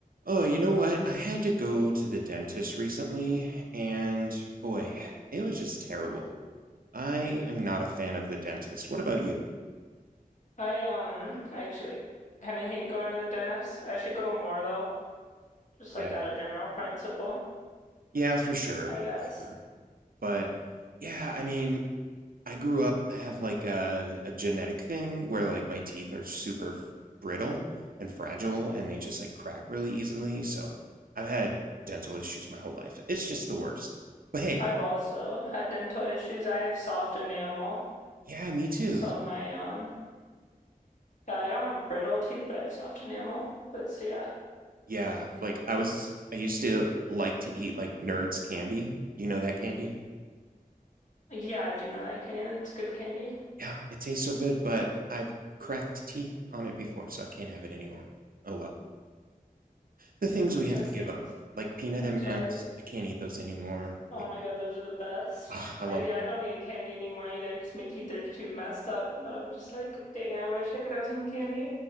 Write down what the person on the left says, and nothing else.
I um actually like kind of hate going to the dentist. I should go more though, just
like out of general principle,
I guess.
I've also had dental issues. I have soft enamel,
so my um yeah, I don't have brittle teeth, but I have soft enamel. But so yeah,
yeah, I do know that candy. That's good candy.
That
stinks.
I'm
sorry.
Oh
my god, those are the best.
I
yeah, I don't eat candy anymore either because my teeth are too messed up. But I'm just like, dang, I wish I could have some candy.